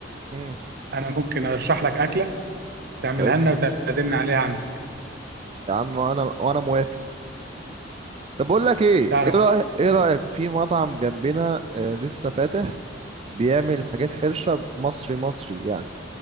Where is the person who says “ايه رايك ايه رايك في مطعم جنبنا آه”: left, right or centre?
Right